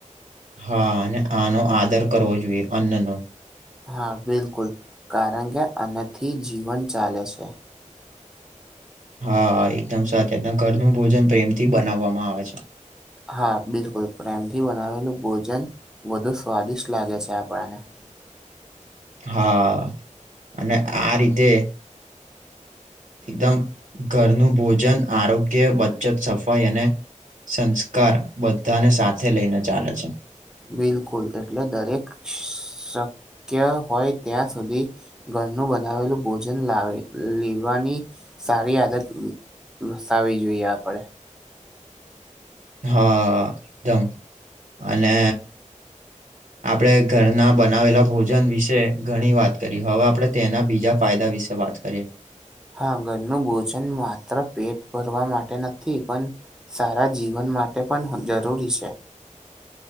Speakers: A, on the right; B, in the centre.
A: હા, અને આનો આદર કરવો જોઈએ અન્નનો.
B: હા, બિલકુલ કારણ કે આનાથી જીવન ચાલે છે.
A: હા, એકદમ સાચે એકદમ ઘરનું ભોજન પ્રેમ થી બનાવવામાં આવે છે.
B: હા, બિલકુલ પ્રેમથી બનાવેલું ભોજન વધુ સ્વાદિષ્ટ લાગે છે આપડા ને.
A: હા, અને આ રીતે એકદમ ઘરનું ભોજન આરોગ્ય બચત સફાઈ અને સંસ્કાર બધાને સાથે લઈને ચાલે છે.
B: બિલકુલ એટલે દરેક શક્ય હોય ત્યાં સુધી ઘરનું બનાવેલું ભોજન લાવે લેવાની સારી આદત વસાવી જોઈએ આપડે.
A: હા એકદમ. અને આપડે ઘરના બનાવેલા ભોજ જન વિશે ઘણી વાત કરી હવે આપડે તેના બીજા ફાયદા વિશે વાત કરીએ.
B: હા, ઘરનું ભોજન માત્ર પેટ ભરવા માટે નથી પણ સારા જીવન માટે પણ જરૂરી છે.